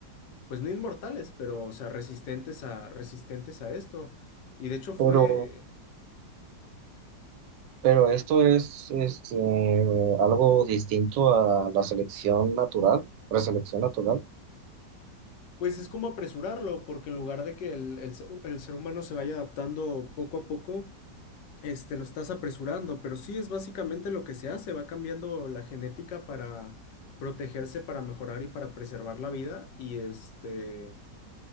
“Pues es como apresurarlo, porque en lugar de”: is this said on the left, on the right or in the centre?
Left